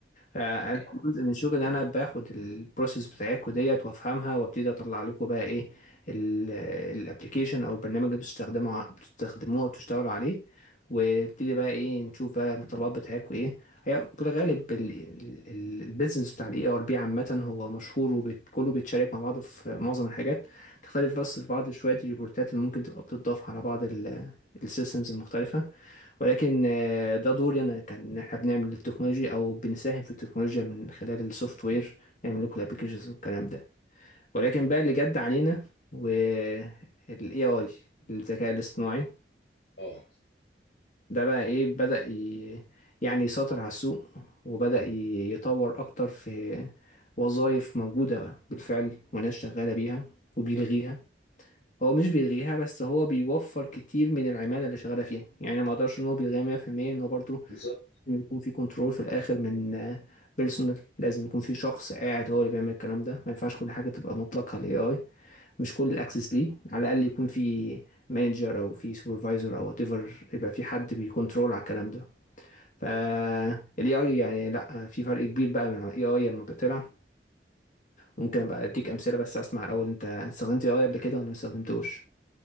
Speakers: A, on the left; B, on the left.
A: آه،
B: تمام
A: أنا جزء من شغلي إن انا باخد البروسيس بتاعتكم ديت وافهمها وابتدي اطلع لكم بقى ايه الابلكيشن او البرنامج اللي بتستخدموه بتستخدموه وبتشتغلوا عليه وابتدي بقى ايه نشوف بقى المتطلبات بتاعتكم ايه هي في الغالب البيزنس بتاع الاي ار بي عامه هو مشهور وكله بيتشارك مع بعض في معظم الحاجات تختلف بس في بعض شويه الريبورتات اللي ممكن تبقى بتضاف على بعض السيستمز المختلفه ولكن آه، ده دوري انا كان إن احنا بنعمل التكنولوجيا او بنساهم في التكنولوجيا من خلال السوفت وير نعمل لكم الابلكيشنز والكلام ده ولكن بقى اللي جد علينا والاي اي الذكاء الاصطناعي
B: اه
A: وده بقى ايه بدأ ي... يعني يسيطر على السوق وبدأ ي- يطور اكتر في وظائف موجودة بالفعل وناس شغالة بيها وبيلغيها هو مش بيلغيها بس هو بيوفر كتير من العمالة اللي شغالة فيها يعني ما اقدرش ان هو بيلغيها 100% ان هو برضه
B: بالظبط
A: لازم يكون في كنترول في الاخر من بيرسونال لازم يكون في شخص قاعد هو اللي بيعمل الكلام ده ما ينفعش كل حاجه تبقى مطلقه للاي اي مش كل الاكسس ليه على الاقل يكون في مانجر او في سوبرفايزر او وات ايفر يبقى في حد بيكونترول على الكلام ده فالاي اي يعني لا في فرق كبير بقى من الاي اي لما بطلع ممكن ابقى اديك امثله بس اسمع الاول انت استخدمت اي اي قبل كده ولا ما استخدمتوش